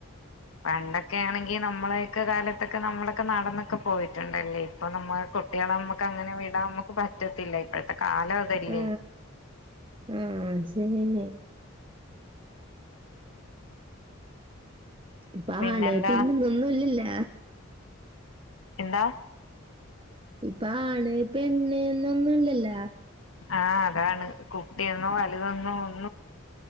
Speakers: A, on the left (about 80°); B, on the right (about 25°).
A: പണ്ടൊക്കെ ആണെങ്കിൽ നമ്മളൊക്കെ കാലത്തൊക്കെ നമ്മളൊക്കെ നടന്നൊക്കെ പോ പോയിട്ടുണ്ടല്ലേ ഇപ്പം നമ്മള് കുട്ടികളെ നമ്മൾക്ക് അങ്ങനെ വിടാൻ നമ്മക്ക് പ റ്റത്തില്ല ഇപ്പോഴത്തെ കാലം അതല്ലേ
B: ആ ആ സരി തന്നെ ഇപ്പ
A: പിന്നെന്താ
B: അലോപ്പനി മുള്ളുല്ലല്ല
A: എന്താ
B: ഇപ്പ അലോപ്പന്നെന്ന് മുള്ളല്ല
A: ആ അതാണ് കുട്ടിനോ അ ത് വന്നോ